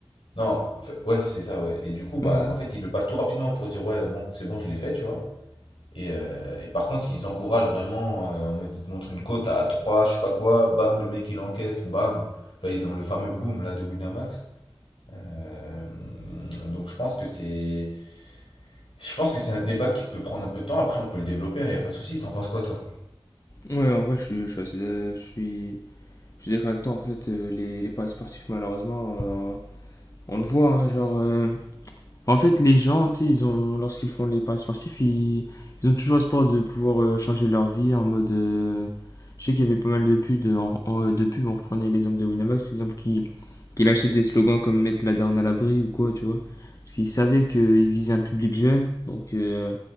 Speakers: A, on the left; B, on the left.
A: non, fa- ouais, c'est ça, ouais. Et du coup, bah,
B: ouais, c'est ça.
A: en fait, ils le passent tout rapidement pour dire, ouais, bon, c'est bon, je l'ai fait, tu vois. Et, euh, et par contre, ils encouragent vraiment. euh, en mode, ils te montrent une cote à 3 je sais pas quoi, bam, le mec il encaisse, bam. Enfin, ils ont le fameux boom là de Winamax. Euh, donc je pense que c'est je pense que c'est un débat qui peut prendre un peu de temps. Après, on peut le développer, il n'y a pas de souci. T'en penses quoi, toi?
B: Ouais, en vrai, je suis, je suis, assez d'a- je suis, je suis d'accord avec toi, en fait, euh, les, les paris sportifs, malheureusement, euh, on le voit, hein, genre, euh, En fait, les gens, tu sais, ils ont, lorsqu'ils font les paris sportifs, ils, ils ont toujours espoir de pouvoir euh, changer leur vie en mode. euh, je sais qu'il y avait pas mal de pubs, de, en- en- euh, de pubs, on reprenait l'exemple de Winamax, l'exemple qui, qui lâchait des slogans comme mettre la down à l'abri ou quoi, tu vois. Parce qu'ils savaient qu'ils visaient un public jeune, donc euh,